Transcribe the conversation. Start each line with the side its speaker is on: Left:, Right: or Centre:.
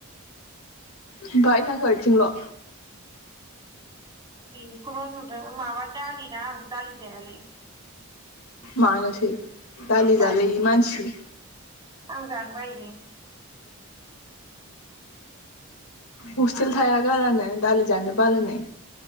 Left: ओनफाय थास' आइथिंल'।
Right: बेखौनो नुदों माबा दालिदा आं दालि जायालै।
Left: मानोसै दालि
Right: बाय
Left: जालायि मानसि।
Right: आं जानो बायोलै
Left: हस्टेल थाया गारानो दालि जानो बालायनाय